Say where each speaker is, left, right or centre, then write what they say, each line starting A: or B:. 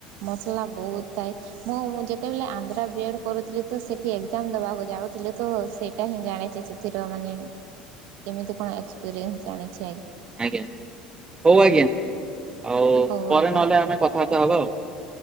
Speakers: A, on the right; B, on the right.
A: ମସଲା ବହୁତ ଥାଏ। ହଁ ମୁଁ ଯେତେବେଳେ ଆନ୍ଧ୍ରା ବି ଏଡ। କରୁଥିଲି ତ ସେଇଠି ଏକ୍ଜାମ ଦବାକୁ ଯାଉଥିଲି ତ ସେଇଟା ହିଁ ଜାଣିଛି ସେଥିର ମାନେ କେମିତି କଣ ଏକ୍ସପିରିଏନ୍ସ ଜାଣିଛି।
B: ଆଜ୍ଞା ହଉ
A: ହୁଁ
B: ଆଜ୍ଞା ହଉ-ଉ-ଉ।
A: ହଉ
B: ପରେ
A: ଆଜ୍ଞା
B: ନହେଲେ ଆମେ କଥାବାର୍ତ୍ତା ହବା ଆଉ।